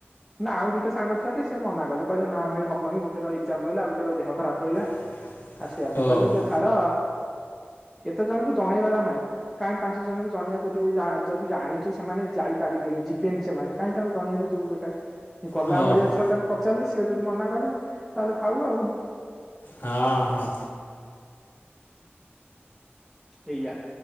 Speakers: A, in the centre; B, on the left (about 60°).
A: ନା ଆଉ ଦିଟା ସାଙ୍ଗ ଅଛନ୍ତି ସେ ମନା କଲେ କହିଲେ ନା ଭାଇ ହବନି ଗୋଟେ ର ଏକ୍ଜାମ ରହିଲା ଗୋଟେ ର ଦେହ ଖରାପ ରହିଲା।
B: <inaudible>
A: ଆ ସେଇଆକୁ
B: ଓହୋ
A: କହିଲୁ ଦ ଛାଡ ଏତେ ଜଣଙ୍କୁ ଜଣେଇବାର ନାଇଁ। କାହିଁକି ପାଞ୍ଚ ଜଣଙ୍କୁ ଜଣିବାକୁ ଯିବୁ ଯଦି ଜାଣିଛୁ ସେମାନେ ଯାଇପାରିବେନି ଯିବେନି ସେମାନେ କାହିଁ ତାଙ୍କୁ ଜଣେଇବାକୁ ଯିବୁ କହିଲୁ। ଗଲା
B: ଓହୋ
A: ଭଳିଆ ଛୁଆ ତାଙ୍କୁ ପଚାରିଲେ ସିଏ ଯଦି ମନା କଲେ ତାହେଲେ ଥାଉ ଆଉ।
B: ହଁ ହଁ।
A: ଏଇଆ।